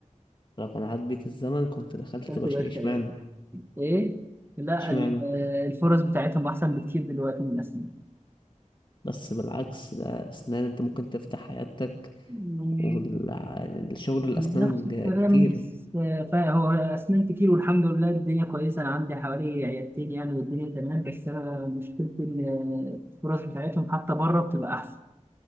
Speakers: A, on the left; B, on the right.
A: لو كان عاد بيك الزمن كنت دخلت
B: خدت
A: بشري
B: بالك
A: اشمعنى؟
B: أيوة. ايه لا
A: اشمعنى
B: ال- آه، الفرص بتاعتهم احسن بكتير دلوقتي من اسنان
A: بس بالعكس ده اسنان انت ممكن تفتح حياتك
B: يعني
A: والشغل الاسنان
B: نفس الكلام
A: ج- كتير
B: بس آه، فهو اسنان كتير والحمد لله الدنيا كويسه انا عندي حوالي عيادتين يعني والدنيا تمام بس انا مشكلتي ان آه، الفرص بتاعتهم حتى بره بتبقى احسن